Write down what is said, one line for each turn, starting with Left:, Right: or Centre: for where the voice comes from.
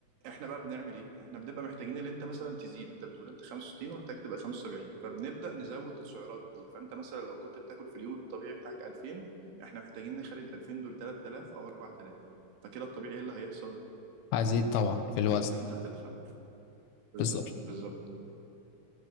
Right: احنا بقى بنعمل ايه احنا بنبقى محتاجين ان انت مثلا تزيد انت بتقول انت 65 ومحتاج تبقى 75 فبنبدا نزود السعرات دي فانت مثلا لو كنت بتاكل في اليوم الطبيعي بتاعك 2000 احنا محتاجين نخلي ال 2000 دول 3000 او 4000 فكده الطبيعي ايه اللي هيحصل
Left: هزيد
Right: ان
Left: طبعا في الوزن
Right: انت هتتخن بالظبط
Left: بالظبط
Right: بالظبط